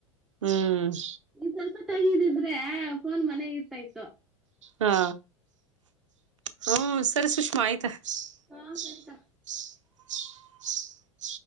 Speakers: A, on the right; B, in the centre.
A: ಹ್ಮ್
B: ಇದ ಸ್ವಲ್ಪ ತಗಿರಿ ಇದ ಮತ್ತೆ ಫೋನ್ ಇರ್ತಾ ಇತ್ತು
A: ಹಾ ಹ್ಮ ಸರಿ ಸುಷ್ಮಾ ಆಯ್ತಾ <unintelligible>
B: ಹಾ ಸರಿಕಾ.